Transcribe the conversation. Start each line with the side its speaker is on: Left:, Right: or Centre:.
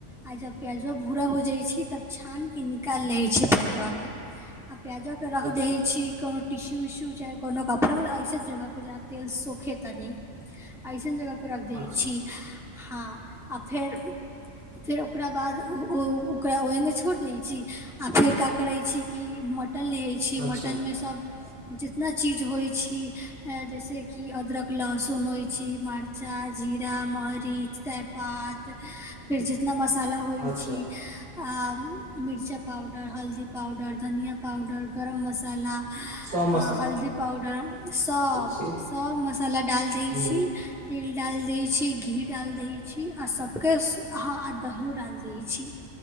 Centre: आ जब प्याजो भूरा हो जाइ छै छानि कऽ निकालि लै छै पजवआे आ प्याजो के रख
Right: अच्छा
Centre: देे छी कोनो टिशू उशू चाहे कोनो कपड़ा फ हम अइसन जगहपर जा तेल सखे तनी अइसन जगहपर रख दइ
Right: अच्छा
Centre: छी हँ आ फेर फेर ओकरा बाद ओकरा ओ छोड़ि दै छी आ फेर का करै छी कि मटन लै छी
Right: अच्छा
Centre: मटनमे सब इना चीज होइ छी जैस किी अदरक लहसुन होइ छी मर्चा ज आा मरीच तेजपात फेर जितना मसाला होइ
Right: अच्छा
Centre: छै आर मिरचा पाउडर हल्दी पाउडर धनिया पाउडर गरम मसाला
Right: सम
Centre: हल्दी पाउडर सब
Right: छी
Centre: सब मसाला डालि दै
Right: ह
Centre: छी तेल डाल दय छी के घी डालि दै छी आ सबके आ दहि डालि दै छी